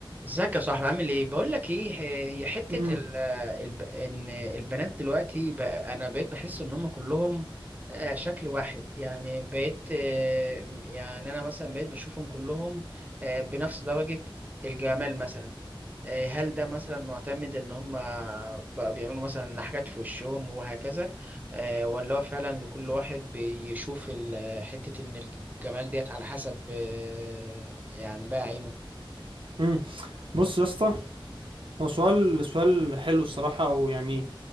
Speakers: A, on the right; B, on the right.
A: ازيك يا صاحبي عامل ايه بقول لك ايه هي حته
B: مم.
A: ال الب... ان البنات دلوقتي بقى انا بقيت بحس ان هم كلهم آه، شكل واحد يعني بقيت آه، يعني انا مثلا بقيت بشوفهم كلهم آه، بنفس درجه الجمال مثلا آه، هل ده مثلا معتمد ان هم بقى بيعملوا مثلا حاجات في وشهم وهكذا آه، ولا هو فعلا لكل واحد بيشوف ال- حته ان الجمال ديت على حسب آه، يعني بقى عينه
B: مم. بص يا اسطى هو سؤال سؤال حلو الصراحة ويعني